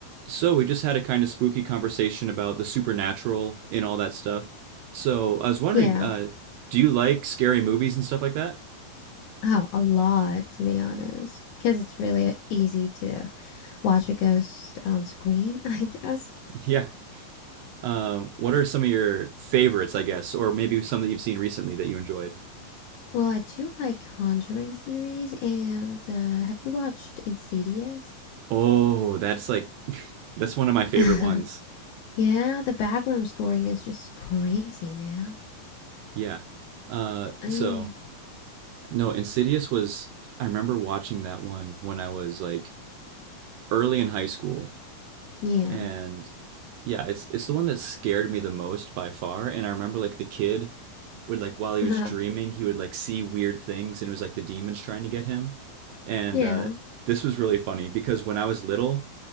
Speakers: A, on the right; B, on the left.
A: So we just had a kind of spooky conversation about the supernatural and all that stuff. So I was wondering,
B: Yeah.
A: uh, do you like scary movies and stuff like that?
B: Oh, a lot, to be honest. Because it's really easy to watch a ghost on screen, <laughs> I guess.
A: Yeah. Um, what are some of your favorites, I guess, or maybe some that you've seen recently that you enjoyed?
B: Well, I do like Conjuring series, and uh, have you watched Insidious?
A: Oh, that's like <laughs> that's one of my favorite
B: <laughs>
A: ones.
B: Yeah, the background scoring is just crazy, man.
A: Yeah. Uh,
B: I
A: so
B: mean,
A: no, Insidious was I remember watching that one when I was like early in high school
B: yeah.
A: And yeah, it's it's the one that scared me the most by far. And I remember like the kid would like while he
B: <laughs>
A: was dreaming, he would like see weird things, and it was like the demons trying to get him. And
B: Yeah.
A: uh, this was really funny because when I was little,